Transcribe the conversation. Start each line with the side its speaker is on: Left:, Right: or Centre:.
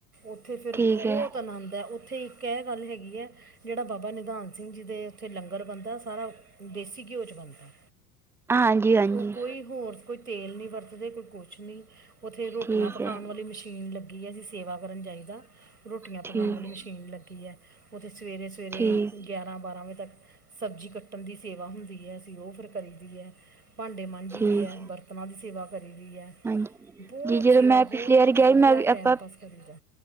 Right: ਉੱਥੇ ਫਿਰ
Centre: ਠੀਕ
Right: ਬਹੁਤ
Centre: ਹੈ
Right: ਆਨੰਦ ਹੈ ਉੱਥੇ ਇੱਕ ਕਹਿ ਗੱਲ ਹੈਗੀ ਹੈ। ਜਿਹੜਾ ਬਾਬਾ ਨਿਧਾਨ ਸਿੰਘ ਜੀ ਦੇ ਉੱਥੇ ਲੰਗਰ ਬਣਦਾ ਸਾਰਾ ਦੇਸੀ ਘਿਓ 'ਚ ਬਣਦਾ।
Centre: ਹਾਂਜੀ ਹਾਂਜੀ
Right: ਉਹ ਕੋਈ ਹੋਰ ਕੋਈ ਤੇਲ ਨਹੀਂ ਵਰਤਦੇ ਕੋਈ ਕੁਛ- ਨਹੀਂ ਉੱਥੇ ਰੋਟੀਆਂ
Centre: ਠੀਕ
Right: ਪਕਾਉਣ
Centre: ਹੈ
Right: ਵਾਲੀ ਮਸ਼ੀਨ ਲੱਗੀ ਹੈ ਅਸੀਂ ਸੇਵਾ ਕਰਨ ਜਾਈਦਾ। <unintelligible>
Centre: ਠੀਕ ਠੀਕ
Right: <unintelligible> ਗਿਆਰਾਂ ਬਾਰਾਂ ਵਜੇ ਤੱਕ ਸਬਜ਼ੀ ਕੱਟਣ ਦੀ ਸੇਵਾ ਹੁੰਦੀ ਹੈ ਅਸੀਂ ਉਹ ਫਿਰ ਕਰੀ ਦੀ ਹੈ ਭਾਂਡੇ ਮਾਝਜੀ
Centre: ਠੀਕ
Right: ਦੀ ਹੈ ਬਰਤਨਾਂ ਦੀ ਸੇਵਾ ਕਰੀ ਦੀ ਹੈ।
Centre: ਹਾਂਜੀ
Right: ਬਹੁਤ
Centre: ਜੀ ਜਦੋਂ
Right: ਸੇਵਾ
Centre: ਮੈਂ
Right: ਬਹੁਤ
Centre: ਪਿਛਲੀ ਵਾਰੀ ਗਿਆ
Right: ਵਧੀਆ
Centre: ਸੀ ਮੈਂ ਵੀ
Right: ਟੈਮ
Centre: ਆਪਾਂ
Right: ਪਾਸ ਕਰੀ ਦਾ।